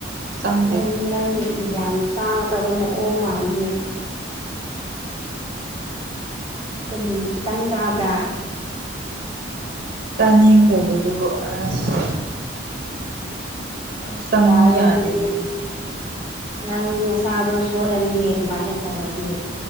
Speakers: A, on the right; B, on the left.
A: ꯆꯪꯗꯦ
B: ꯑꯩꯗꯤ ꯅꯪ ꯌꯥꯝ ꯆꯥꯗꯕ ꯃꯑꯣꯡ ꯃꯥꯜꯂꯤꯅꯦ ꯀꯔꯤꯒꯤ ꯈꯤꯇꯪ ꯆꯥꯕ꯭ꯔꯥ
A: ꯆꯥꯅꯤꯡꯗꯕꯗꯨꯕꯨ ꯑꯁ
B: ꯑꯁ
A: ꯆꯪꯉꯨ
B: ꯌꯥꯔꯣꯏ
A: ꯌꯥꯗꯦꯅꯦ
B: ꯑꯗꯨꯗꯤ
A: ꯑꯁ
B: ꯅꯪ ꯅꯁꯥꯗꯣ ꯁꯣꯜꯂꯅꯤꯅꯦ ꯑꯗꯨꯃꯥꯏꯅ ꯇꯧꯔꯗꯤ